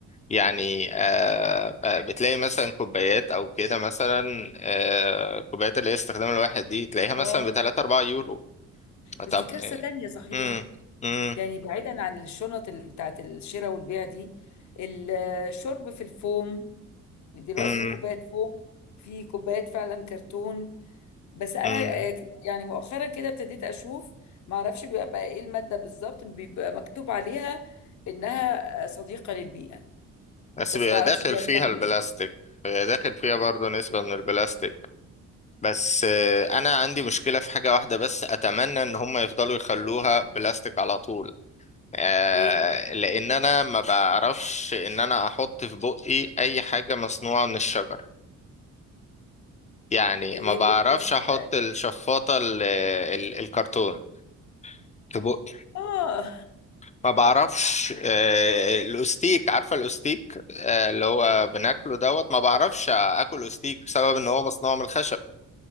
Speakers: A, on the left; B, on the left.
A: يعني آه آه، بتلاقي مثلا كوبايات او كده مثلا آه كوبايات اللي هي استخدام الواحد دي تلاقيها مثلا
B: اه
A: بتلاتة أربعة يورو
B: بس
A: طب
B: دي كارثه
A: آه،
B: تانية صحيح
A: مم، مم،
B: يعني بعيدا عن الشنط اللي بتاعت الشراء والبيع دي الشرب في الفوم دلوقتي
A: مم،
B: في كوبايات فوم في كوبايات فعلا كرتون بس انا
A: مم.
B: آه، يعني مؤخرا كده ابتديت اشوف ما اعرفش بيبقى بقى ايه المادة بالظبط بيبقى مكتوب عليها انها آه، صديقة للبيئة
A: بس
B: بس
A: بيبقى
B: ما اعرفش
A: داخل
B: بيعملوها
A: فيها
B: من
A: البلاستيك
B: ايه
A: بيبقى داخل فيها برضو نسبة من البلاستيك بس آه، انا عندي مشكلة في حاجة واحدة بس اتمنى ان هم يفضلوا يخلوها بلاستيك على طول آه،
B: ايه
A: لان انا ما بعرفش ان انا احط في بقي اي حاجة مصنوعة من الشجر يعني
B: اللي
A: ما
B: هي
A: بعرفش
B: ايه البلاستيك
A: احط
B: ده
A: الشفاطة ال- ال- الكرتون في بقي
B: اه
A: ما بعرفش آه، الاستيك عارفة الاستيك آه، اللي هو بناكله دوت ما بعرفش اكل استيك بسبب ان هو مصنوع من الخشب